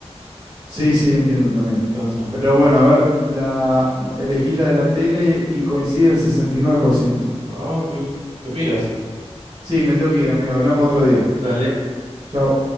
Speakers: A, on the right; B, on the right.
A: Sí, sí, entiendo también.
B: Entonces,
A: Pero bueno, a ver, la, elegís la de la tele y coincide el 69%.
B: Papi, te piras.
A: Sí, me tengo que ir, amigo. Hablamos otro día.
B: Dale.
A: Chao.